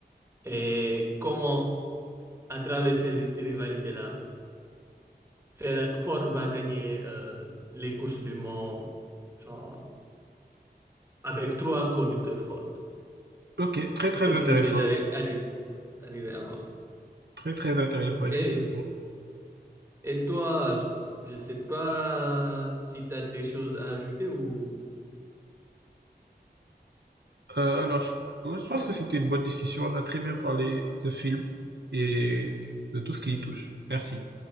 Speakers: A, on the right; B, on the right.
A: et comment, à travers ces ri- rivalités-là, Fer- Ford va gagner euh, les courses du Mans genre, avec trois conducteurs Ford,
B: Ok, très
A: ce
B: très
A: qui
B: intéressant.
A: n'était jamais arri- arrivé avant.
B: Très très intéressant, effectivement.
A: Et, et toi, je ne sais pas si tu as des choses à ajouter ou...
B: Euh, alors, je je pense que c'était une bonne discussion. On a très bien parlé de films et de tout ce qui y touche. Merci.